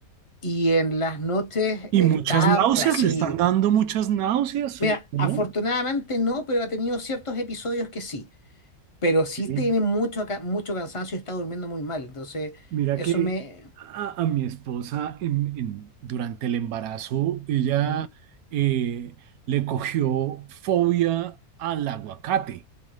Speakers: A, on the left; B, on the right.
A: y en las noches
B: Y
A: está
B: muchas náuseas,
A: pues, así.
B: le están dando muchas náuseas,
A: Mira,
B: ¿o no?
A: afortunadamente no, pero ha tenido ciertos episodios que sí pero sí
B: Sí.
A: tiene mucho, ca- mucho cansancio y está durmiendo muy mal. Entonces,
B: Mira
A: eso
B: que
A: me...
B: a, a mi esposa en, en- durante el embarazo, ella
A: Ujú.
B: eh, le cogió fobia al aguacate.